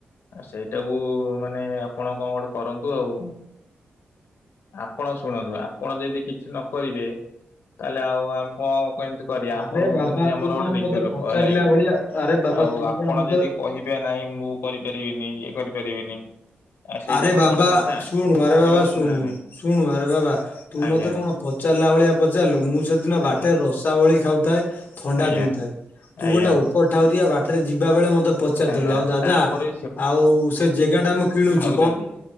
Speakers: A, on the left; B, on the left.
A: ଆ ସେଇଟାକୁ ମାନେ ଆପଣ କଣ ଗୋଟେ କରନ୍ତୁ ଆଉ। ଆପଣ ଶୁଣନ୍ତୁ ଆପଣ ଯଦି କିଛି ନ କହିବେ ତାହେଲେ ଆଉ ଆମେ କଣ କେମିତି କରିବା?
B: ଆରେ
A: ଆପଣ ହଉଛନ୍ତି
B: ବାବା
A: ଆମର
B: ତୁ କଣ
A: ଗୋଟେ ନିଜ
B: ମତେ
A: ଲୋକ
B: ପଚାରିଲା
A: ହେଲା କି।
B: ଭଳିଆ ଆରେ ବାବା
A: ଆଉ
B: ତୁ
A: ଆପଣ
B: କଣ ମତେ
A: ଯଦି କହିବେ ନାହିଁ ମୁଁ କରିପାରିବିନି ଇଏ କରିପାରିବିନି ଆଉ ସେଇଟା
B: ଆରେ
A: କଣ
B: ବାବା
A: ଗୋଟେ କଥା
B: ଶୁଣୁ ଆରେ
A: ବୁଝିପାରୁଛନ୍ତି
B: ବାବା ଶୁଣୁ
A: ନା ନାଇଁ
B: ଶୁଣୁ ଆରେ ବାବା ତୁ
A: ଆଜ୍ଞା
B: ମତେ କଣ ପଚାରିଲ ଭଳିଆ ପଚାରିଲୁ। ମୁଁ ସେଦିନ
A: ଆଜ୍ଞା
B: ବାଟରେ ରସାବଳି ଖାଉ ଥାଏ ଥଣ୍ଡା
A: ଆଜ୍ଞା
B: ପିଉଥାଏ। ତୁ
A: ଆଜ୍ଞା
B: ଗୋଟେ ଉପର ଠାଉରିଆ ବାଟରେ ଯିବା ବେଳେ ମ ମତେ ପଚାରିଦେଲୁ।
A: ଆଜ୍ଞା
B: ଆଉ ଦାଦା
A: ତାପରେ
B: ଆଉ ସେ ଜାଗା ଟା ମୁଁ କିଣୁଚି
A: ଛନ୍ତି।